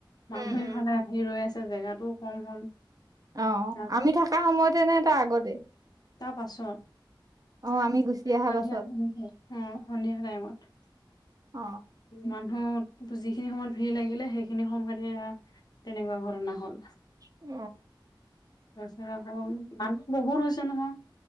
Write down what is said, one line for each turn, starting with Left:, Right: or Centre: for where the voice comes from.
Left: মানুহ
Right: উম উম
Left: ইফালে আহি ৰৈ আছে জেগাটোও কম হ'ল
Right: অ
Left: তাৰ
Right: আমি থকা সময়তে নে তাৰ আগতে
Left: তাৰ পাছত
Right: অ আমি গুচি
Left: সন্ধিয়া
Right: অহা পাছত
Left: সময়ত অ সন্ধিয়া টাইমত
Right: অ
Left: মানুহ। যিখিনি সময়ত ভিৰ লাগিলে সেইখিনি সময়ত হে তেনেকুৱা ঘটনা হ'ল।
Right: অ
Left: তাৰপিছত আকৌ মানুহ বহুত হৈছে নহয়।